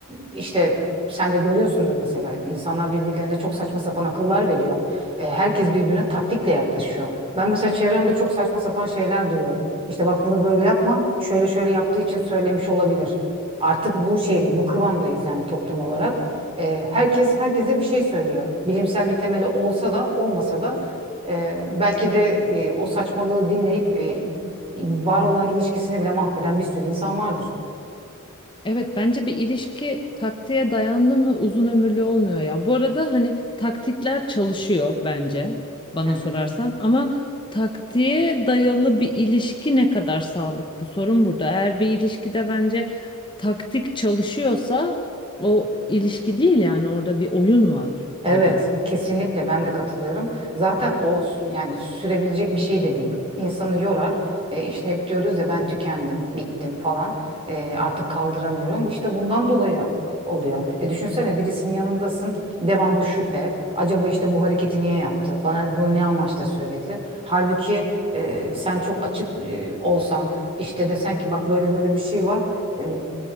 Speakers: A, on the right; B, on the left.
A: işte sen de görüyorsundur mesela insanlar birbirlerine çok saçma sapan akıllar veriyor. E, herkes birbirine taktikle yaklaşıyor. Ben mesela çevremde çok saçma sapan şeyler duyuyorum. İşte bak bunu böyle yapma, şöyle şöyle yaptığı için söylemiş olabilir. Artık bu şeyde, bu kıvamdayız yani toplum olarak. E, herkes herkese bir şey söylüyor. Bilimsel bir temeli olsa da olmasa da e, belki de e, o saçmalığı dinleyip e, var olan ilişkisini bile mahveden bir sürü insan vardır.
B: Evet bence bir ilişki taktiğe dayandı mı uzun ömürlü olmuyor ya. Bu arada hani taktikler çalışıyor bence bana
A: Hı hı.
B: sorarsan ama taktiğe dayalı bir ilişki ne kadar sağlıklı sorun burada. Eğer bir ilişkide bence taktik çalışıyorsa o ilişki değil yani orada bir oyun var
A: Evet,
B: gibi.
A: kesinlikle ben de katılıyorum. Zaten o s- yani sürebilecek bir şey de değil. İnsanı yorar. E, işte hep diyoruz ya ben tükendim, bittim falan. E, artık kaldıramıyorum. İşte bundan dolayı e, oluyor. E, düşünsene birisinin yanındasın, devamlı şüphe. Acaba işte bu hareketi niye yaptı? Bana bunu ne amaçla söyledi? Halbuki e, sen çok açık e, olsan, işte desen ki bak böyle böyle bir şey var. E,